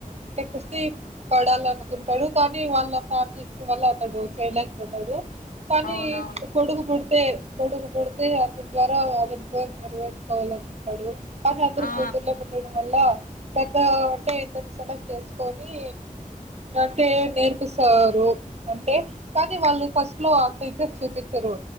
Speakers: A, on the right; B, on the left.
A: అంటే కుస్తీ పడాలను ఉంటాడు కానీ వాళ్ళ ఫ్యామిలీ ఇష్యూ వల్ల అతడు చేయలేకపోతాడు. కానీ
B: ఆ అవునవును
A: కొడుకు కుడ్ తే కొడుకు పుడితే, అతని ద్వారా అతని కోరిక నెరవేర్చుకోవాల అనుకుంటాడు. కనీ అందరు
B: ఆ
A: కూతుర్లే పుట్టడం వల్ల. పెద్దా ఉంటే ఇద్దర్నీ సెలెక్ట్ చేసుకొని. అంటే నేర్పిస్తారు అంటే కానీ వాళ్ళు ఫస్ట్ లో అంత ఇంట్రెస్ట్ చూపించరు.